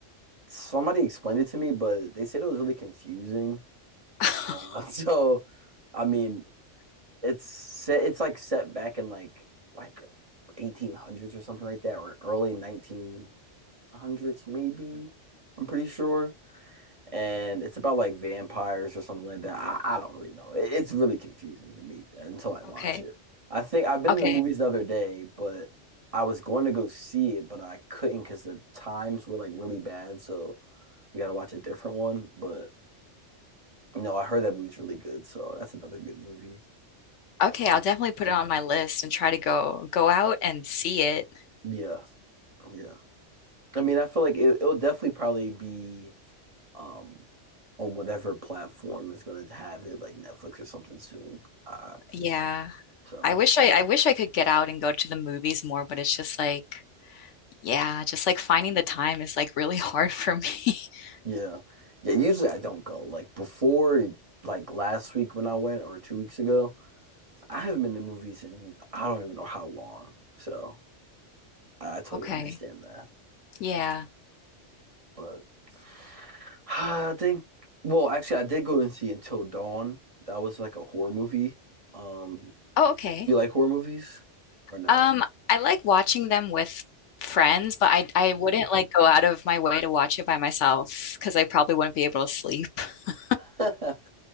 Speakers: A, on the right; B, on the left.
A: somebody explained it to me, but they said it was really confusing.
B: <laughs>
A: Uh, <laughs> so, I mean, it's set. It's like set back in like like 1800s or something like that, or early 19 hundreds, maybe. I'm pretty sure. And it's about like vampires or something like that. I, I don't really know. It- it's really confusing to me until I watch
B: Okay.
A: it. I think I've been
B: Okay.
A: in the movies the other day, but I was going to go see it, but I couldn't because the times were like really bad. So we got to watch a different one. But you know, I heard that movie's really good. So that's another good movie.
B: Okay,
A: Um,
B: I'll definitely put it on my list and try to go go out and see it.
A: yeah, yeah. I mean, I feel like it, it'll definitely probably be. um, on whatever platform is going to have it, like Netflix or something soon. Uh,
B: Yeah.
A: so
B: I wish I I wish I could get out and go to the movies more, but it's just like yeah, just like finding the time is like really <laughs> hard for me. <laughs>
A: yeah, yeah. Usually I don't go. Like before, like last week when I went, or two weeks ago, I haven't been to movies in I don't even know how long. So I, I totally
B: Okay.
A: understand that.
B: Yeah.
A: But <sighs> I think, well, actually, I did go and see Until Dawn. That was like a horror movie. Um,
B: Oh, okay.
A: do you like horror movies or no?
B: Um, I like watching them with friends, but I I wouldn't like go out of my way to watch it by myself because I probably wouldn't be able to sleep. <laughs>
A: <laughs>